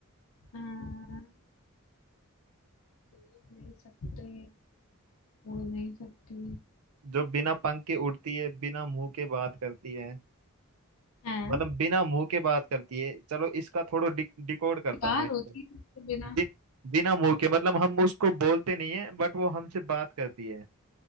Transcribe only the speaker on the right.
जो बिना पंख के उड़ती है बिना मुंह के बात करती है
मतलब बिना मुंह के बात करती है चलो इसका थोड़ा डि, डिकोड करता
हूँ मैं इसको
बि, बिना मुंह के मतलब हम उसको बोलते नहीं है बट वो हमसे बात करती है